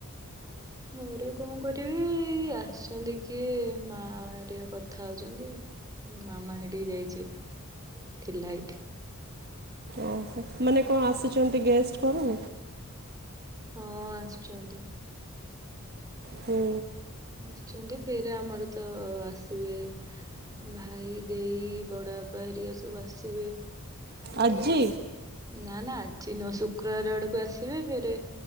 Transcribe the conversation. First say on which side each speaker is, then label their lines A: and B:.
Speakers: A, on the right; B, on the right.
A: ଘରେ କଣ କରିବେ ଏଇ ଆସିଚନ୍ତି କିଏ ମା ଏରିକା କଥା ହୋଉଚନ୍ତି। ମାମା ହେଇଠିକି ଯାଇଛି ଏବେ, ଥିଲା ଏଇଠି।
B: ଓହୋ ମାନେ କଣ ଆସୁଚନ୍ତି ଗେଷ୍ଟ କଣ?
A: ହଁ ଆସଚନ୍ତି।
B: ହୁଁ
A: ଆସଚନ୍ତି ଫେରେ ଆମର ତ ଆସିବେ ଭାଇ, ଦେଇ, ବଡ ବାପା ହେରିକା ସବୁ ଆସିବେ।
B: ଆଜି
A: କେବେ ନା ନା ଆଜି ନୁଅ ଶୁକ୍ରବାର ଆଡକୁ ଆସିବେ। ଫେରେ